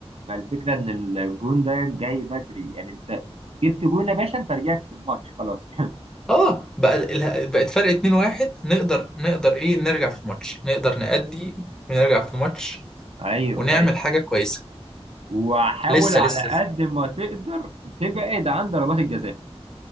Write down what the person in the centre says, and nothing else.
اه بقى اله- بقت فرق 2-1 نقدر نقدر ايه نرجع في الماتش نقدر نأدي ونرجع في الماتش
ونعمل
حاجة كويسة
لسه
لسه